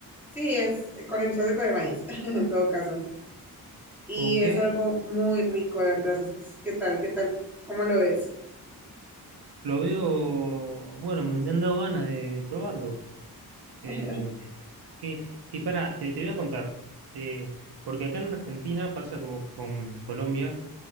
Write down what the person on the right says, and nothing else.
Ok,
lo veo, bueno, me, me han dado ganas de probarlo. Eh,
que, y pará, te, te voy a contar, eh, porque acá en Argentina pasa como con Colombia,